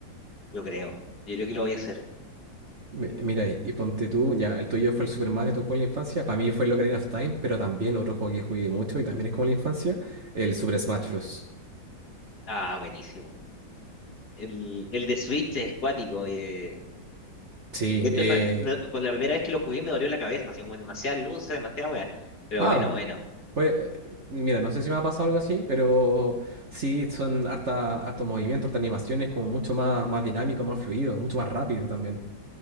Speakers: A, on the left (about 55°); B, on the right (about 40°).
A: Yo creo, yo creo que lo voy a hacer.
B: Mi- Mira, y, y ponte tú, ya el tuyo fue el Super Mario, tu juego de la infancia. Para mí fue el Ocarina of Time, pero también otro juego que jugué mucho y también es como la infancia, el Super Smash Bros.
A: Ah, buenísimo. El, el de Switch es cuático. y, eh,
B: Sí,
A: de hecho,
B: eh,
A: está- no- con la primera vez que lo jugué me dolió la cabeza, así como demasiada luz, demasiada wea. Pero
B: ah,
A: bueno, bueno.
B: Pues, eh, mira, no sé si me ha pasado algo así, pero sí son harta, harto movimiento, harta animaciones, como mucho más, más dinámico, más fluido, mucho más rápido también.